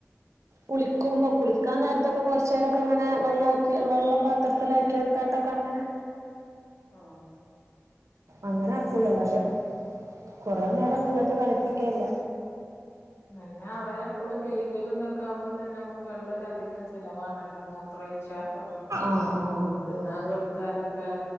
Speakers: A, on the right; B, on the left.
A: കുളിക്കുമ്പോ കുളി ക്കാൻ, നേരത്തൊക്കെ കൊറച്ചേരൊക്കെ ഇങ്ങനെ വെള്ളകി വെള്ളം പാത്രത്തിലാക്കി ഇട്ടാട്ടൊക്കെ അങ്ങനെ
B: ഓ
A: അങ്ങനെ അക്കോള്ളു അല്ലാതെ കൊറേ നേരം വെള്ളത്തി കളിപ്പിക്കെല്ല
B: പിന്നെ അവരെപ്പോഴും കഴികലും എന്തൊക്കെ ആകുമ്പോ തന്നെ നമുക്ക് വെള്ളം ഒര അധികം ചിലലവാണല്ലോ മോ മൂത്രോയിച്ചാലും
A: ആ ആ
B: തിന്നാൻ കൊടുത്താലൊക്കെ